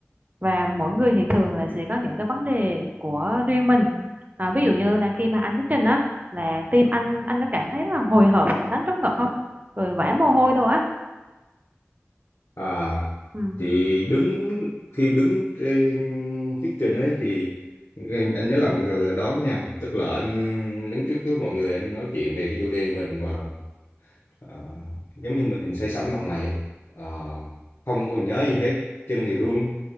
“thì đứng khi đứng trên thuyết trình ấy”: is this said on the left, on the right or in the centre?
Left